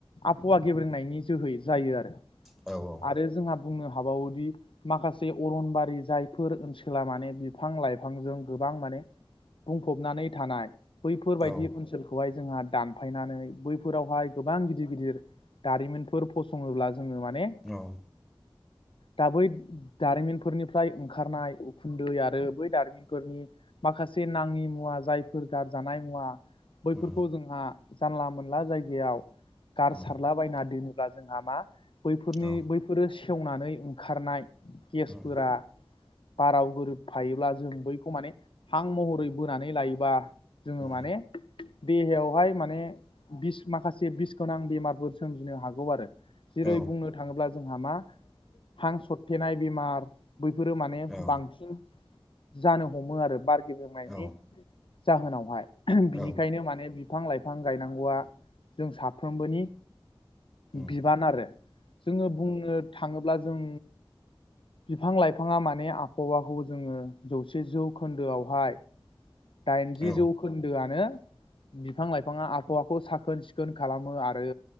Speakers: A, on the left; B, in the centre.
A: आबहावा गेब्रेंनायनि जोहै जायो आरो।
B: औ औ
A: आरो जोंहा बुंनो हाबावोदि। माखासे अरनबारि जायफोर ओनसोला माने बिफां लाइफांजों गोबां माने बुंफबनानै थानाय बैफोरबायदि
B: औ
A: ओनसोलखौहाय जोंहा दानफायनानै बैफो फोरावहाय गोबां गिदिर-गिदिर दारिमिनफोर फसङोब्ला जोङो माने
B: औ
A: दा बै दारिमिनफोरनिफ्राय ओंखारनाय उखुन्दै आरो बै दारिमिनफोरनि माखासे नाङि मुवा जायफोर गारजानाय मुवा बैफोरखौ
B: उम
A: जोंहा जानला मोनला जायगायाव गार
B: उम
A: सारला बायना दोनोब्ला जोंहा मा- बैफोरनि
B: औ
A: बैफोरो सेवनानै ओंखारनाय गेसफोरा
B: उम
A: बाराव गोरोबफायोब्ला जों बैखौ माने हां महरै बोनानै लायोबा जोङो
B: उम
A: माने देहायावहाय माने बिस माखासे बिस गोनां बेमारफोर सोमजिनो हागौ आरो जेरै
B: औ
A: बुंनो थाङोब्ला जोंहा मा हां सरथेनाय बेमार बैफोरो माने
B: औ
A: बांसिन जानो हमो आरो बारगे होननायनि
B: उम औ
A: जाहोनावहाय
B: औ
A: बिनिखायनो माने बिफां लाइफां गायनांगौआ जों साफ्रोमबोनि
B: उम
A: बिबान आरो जोङो बुंनो थाङोब्ला जों बिफां लाइफाङा माने आबहावाखौ जोंङो जौसे जौखोन्दोआवहाय दाइनजि
B: औ
A: जौखोन्दोआनो बिफां-लाइफाङा आबहावाखौ साखोन सि खोन खालामो आरो